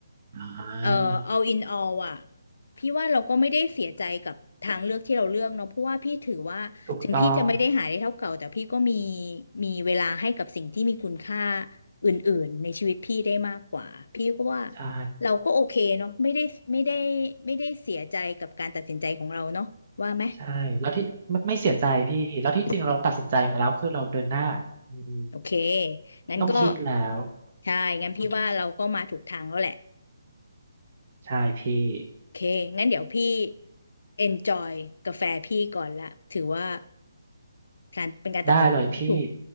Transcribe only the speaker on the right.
อ่
า
ถูกต้อง
ใช่
ใช่แล้วที่ไม่ไม่เสียใจพี่ แล้วที่จริงเราตัดสินใจมาแล้วคือเราเดินหน้าอืม
ต้องคิดแล้ว
อืมใช่พี่
ได้เลยพี่